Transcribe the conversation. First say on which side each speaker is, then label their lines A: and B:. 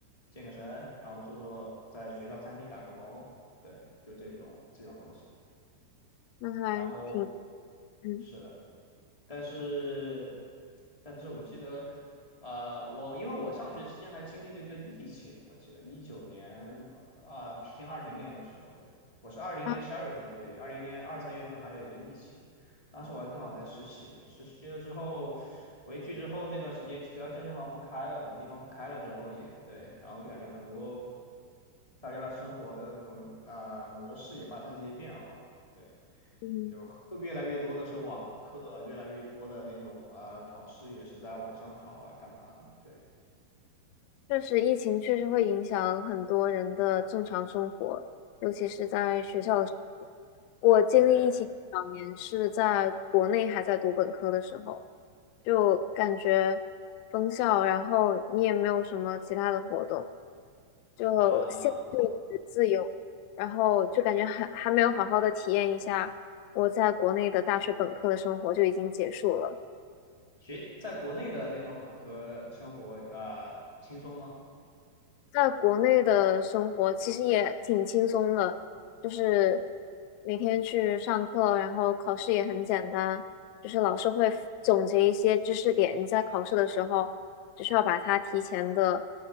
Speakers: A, on the left; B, on the left.
A: 健个身，然后做做在学校餐厅打个工，对，就这种这种东西，
B: 那还挺，
A: 然后
B: 嗯
A: 是的。但是，但是我记得，呃，我因为我上学期间还经历了一个疫情，我记得一九年啊、偏二零年的时候，对，我是二零年十二月份毕业，
B: 啊，
A: 二零年二三月份还有个疫情，当时我还刚好在实习，实习了之后回去之后那段时间，学校健身房不开了，很多地方不开了之后也对，然后就感觉很多大家的生活的那种啊、呃模式也发生了一些变化。对。
B: 嗯。
A: 有更越来越多的是网课，越来越多的那种呃考试也是在网上考啊，干嘛的？对，
B: 确实，疫情确实会影响很多人的正常生活，尤其是在学校的时候。
A: 对的，
B: 我经历疫情两年是在国内还在读本科的时候，
A: 对
B: 就感觉封校，然后你也没有什么其他的活动，就限制
A: 啊，
B: 你的自由，然后就感觉还还没有好好的体验一下我在国内的大学本科的生活就已经结束了。
A: 学在国内的那种本科生活呃轻松吗？
B: 在国内的生活其实也挺轻松的，就是每天去上课，然后考试也很简单，就是老师会总结一些知识点，你在考试的时候只需要把它提前的